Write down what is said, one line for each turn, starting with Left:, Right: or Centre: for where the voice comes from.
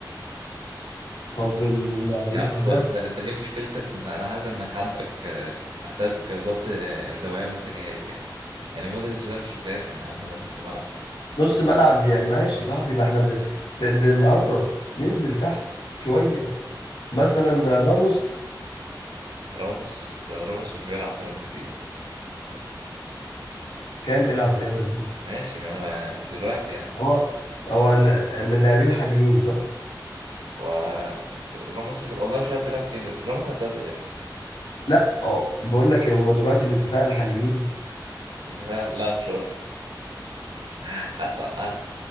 Left: طب اللعيب
Right: يا عم هو
Left: ده
Right: انت انت ايه مشكلتك ان انا حاسس انك عندك آه، محتاج ظبط آه، زوايا واتجاهات يعني يعني مودريتش ده مش مدافع يا عم ده نص ملعب
Left: نص ملعب يا ماشي يا صاحبي ما احنا ب... ب... بنقرب ننزل تحت شوية مثلا راموس
Right: راموس لا، راموس مش بيلعب في ريال مدريد اصلا
Left: كان بيلعب في ريال مدريد
Right: ماشي ما انا ما- مش دلوقتي يعني
Left: هو هو ال- من اللاعبين الحاليين صح؟
Right: هو راموس مش والله مش عارف بيلعب فين راموس اعتزل يعني
Left: لا اه بقول لك إيه، هم دلوقتي من الدفاع الحاليين
Right: انت فاهم لا مش هقول لك <laughs> أستع... انا